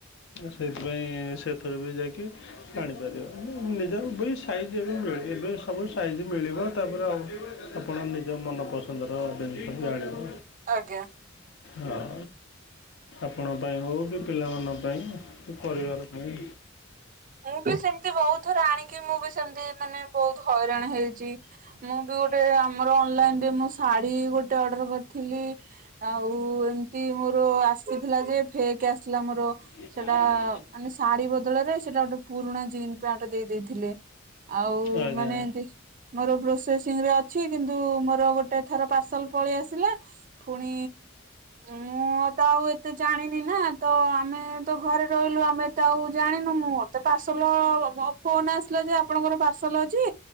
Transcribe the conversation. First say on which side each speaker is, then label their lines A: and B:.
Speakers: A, on the left; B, on the right.
A: ସେଇଥ୍ ପାଇଁ ସେଥର ବି ଯାଇକି ଜାଣିପାରିବ ଉଁ ନିଜର ବି ସାଇଜ୍ ଏବେ ମିଳେ ଏବେ ସବୁ ସାଇଜ୍ ମିଳିବ ତାପରେ ଅ ଆପଣ ନିଜ ମନପସନ୍ଦର ଜିନିଷ ବି ଆଣିବେ।
B: ଆଜ୍ଞା
A: ହଁ ଆପଣ ପାଇଁ ହଉ କି ପିଲାମାନଙ୍କ ପାଇଁ କି ପରିବାର ପାଇଁ।
B: ମୁଁ ବି ସେମ୍ ତି ବହୁତ ଥର ଆଣିକି ମୁଁ ବି ସେମ୍ ତି ମାନେ ବହୁତ ହଇରାଣ ହେଇଚି। ମୁଁ ବି ଗୋଟେ ଆମର ଅନଲାଇନ ରେ ମୋ ଶାଢୀ ଗୋଟେ ଅର୍ଡର କର୍ ଥିଲି ଆଉ ଏମ୍ ତି ମୋର ଆସିଥିଲା ଯେ ଫେକ୍ ଆସିଲା ମୋର।
A: ଆର
B: ସେଟା ମାନେ ଶାଢୀ ବଦଳରେ ସେଟା ଗୋଟେ ପୁରୁଣା ଜିନ୍ ପ୍ୟାଣ୍ଟ ଦେଇ ଦେଇେଥିଲେ। ଆଉ
A: ଆଜ୍ଞା
B: ମାନେ ଏନ୍‌ତି ମୋର ପ୍ରୋସେସିଂ ରେ ଅଛି କିନ୍ତୁ ମୋର ଗୋଟେ ଥର ପାର୍ସଲ ପଳେଇ ଆସିଲା ଫୁଣି ମୁଁ ତା ଆଉ ଏତେ ଜାଣିନି ନା ତ ଆମେ ତ ଘରେ ରହିଲୁ ଆମେ ତା ଆଉ ଜାଣିନୁ ମୁଁ ଅ ତ ପାର୍ସଲ ଅଫ୍ ଫୋନ ଆସିଲା ଯେ ଆପଣଙ୍କର ପାର୍ସଲ ଅଛି